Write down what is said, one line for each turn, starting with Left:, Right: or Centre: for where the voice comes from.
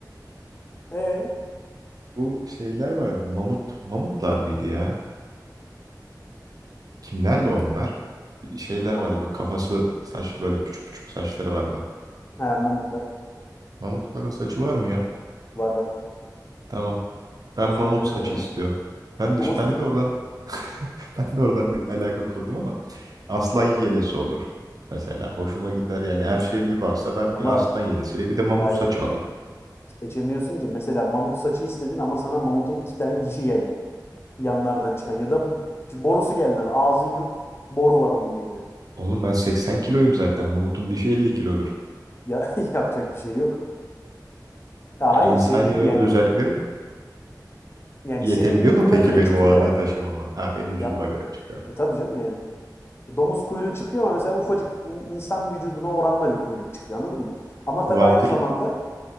Left: E
Right: Bu şeyler vardı. Mamut. Mamutlar mıydı ya? Kimlerdi onlar? Şeyler
Left: Ma-
Right: vardı. Böyle kafası saç böyle küçük küçük saçları vardı.
Left: he, mamutlar
Right: Mamutların saçı var mı ya?
Left: var var.
Right: Tamam. Ben
Left: Buz
Right: mamut
Left: devrinden
Right: saçı
Left: hatırla.
Right: istiyorum. Ben
Left: Mamut
Right: de, ben de oradan <laughs> ben de oradan bir alaka kurdum ama aslan yelesi olur. Mesela hoşuma gider yani her şey mübahsa
Left: <laughs>
Right: ben
Left: ama
Right: bir aslan yelesiyle bir de mamut
Left: hayır
Right: saçı alayım.
Left: seçemiyorsun ki. Mesela mamut saçı istedin ama sana mamutun iki tane dişi geldi. Yanlardan çıkan ya da borusu geldi. Hani ağzın yok. Boru var onun yerine.
Right: Oğlum ben 80 kiloyum zaten. Mamutun dişi 50 kilodur.
Left: Ya <laughs> yapacak bir şey yok. Ha,
Right: Ya
Left: hayır
Right: insani
Left: şey değil yani.
Right: ö- özelliklerim
Left: Yani
Right: yetebiliyor
Left: senin vücuduna
Right: mu peki
Left: göre
Right: benim
Left: çıkıyor
Right: o ağırlığı
Left: ya.
Right: taşımama? Ha benim vücuduma
Left: Ya
Right: göre çıkıyor.
Left: E tabii canım yani. Domuz kuyruğu çıkıyor ama mesela ufacık in- insan vücuduna oranla bir kuyruk çıkıyor anladın mı? Ama tabii
Right: Vampir
Left: aynı zamanda